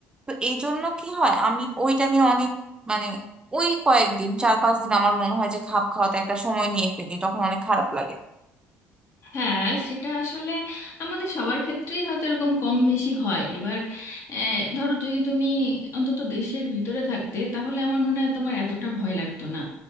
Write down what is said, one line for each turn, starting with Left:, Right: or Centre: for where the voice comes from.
Right: তো এই জন্য কি হয় আমি ওইটা নিয়ে অনেক মানে ওই কয়েকদিন চার পাঁচ দিন আমার মনে হয় যে খাপ খাওয়াতে একটা সময় নিয়ে ফেলি তখন অনেক খারাপ লাগে
Left: হ্যাঁ সেটা আসলে আমাদের সবার ক্ষেত্রেই হয়তো এরকম কম বেশি হয় এবার আহ, ধরো যদি তুমি অন্তত দেশের ভিতরে থাকতে তাহলে আমার মনে হয় তোমার এতটা ভয় লাগতো না